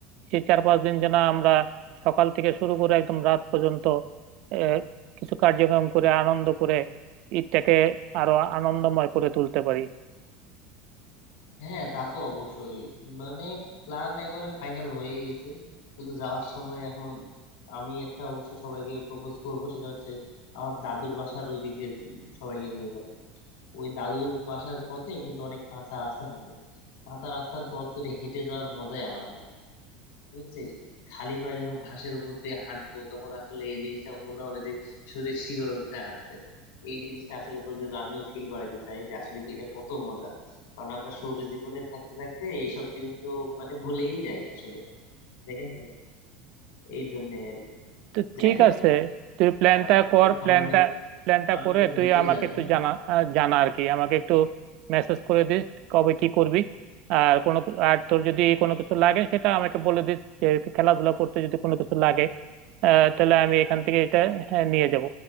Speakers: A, on the right (about 60°); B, on the left (about 85°).
A: সেই চার পাঁচ দিন যেন আমরা সকাল থেকে শুরু করে একদম রাত পর্যন্ত আহ, কিছু কার্যক্রম করে আনন্দ করে ঈদটাকে আরো আনন্দময় করে তুলতে পারি
B: হ্যাঁ তা তো অবশ্যই মানে প্ল্যান একেবারে ফাইনাল হয়ে গেছে শুধু যাওয়ার সময় এখন আমি একটা অবশ্য সবাইকে প্রপোজ করব সেটা হচ্ছে আমার দাদুর বাসার ওই দিক দিয়ে সবাইকে নিয়ে যাব ওই দাদুর বাসার পথে কিন্তু অনেক কাঁচা রাস্তা থাকে কাঁচা রাস্তার পথ ধরে হেঁটে যাওয়ার মজাই আলাদা বুঝছিস খালি পায়ে যখন ঘাসের উপর দিয়ে হাঁটবো তখন আসলে এই জিনিসটা মনে হবে যে শরীরে শিহরণ জাগাচ্ছে এই জিনিসটা আসলে তোদের আমিও ফিল করাতে চাই যে আসলে এটা কত মজা কারণ আমরা শহুরে জীবনে থাকতে থাকতে এইসব জিনিস তো মানে ভুলেই যাই আসলে ঠিক আছে এই জন্য আর কি
A: তো
B: যাই
A: ঠিক
B: হোক
A: আছে তুই প্ল্যানটা
B: সবাই
A: কর
B: সবাই
A: প্ল্যানটা
B: মিলে
A: প্ল্যানটা
B: আমি
A: করে
B: তোরে
A: তুই
B: নিতেও
A: আমাকে
B: যাবো
A: একটু
B: হ্যাঁ
A: জানা আহ, জানা আর কি আমাকে একটু মেসেজ করে দিস কবে কি করবি আর কোনো আর তোর যদি কোনো কিছু লাগে সেটা আমাকে বলে দিস যে খেলাধুলা করতে যদি কোনো কিছু লাগে আহ তাহলে আমি এখান থেকে এটা হ্যাঁ, নিয়ে যাব